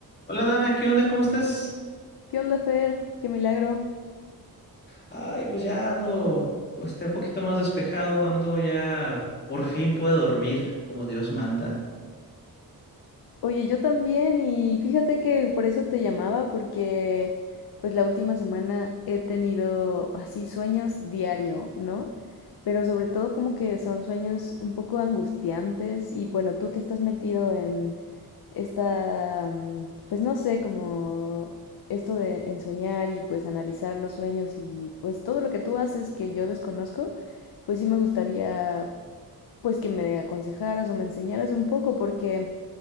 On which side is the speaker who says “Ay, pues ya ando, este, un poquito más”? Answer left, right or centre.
Left